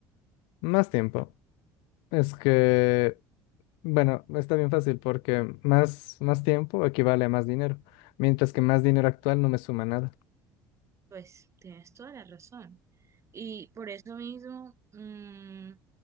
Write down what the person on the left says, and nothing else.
Más tiempo. Es que, bueno, está bien fácil porque más, más tiempo equivale a más dinero, mientras que más dinero actual no me suma nada.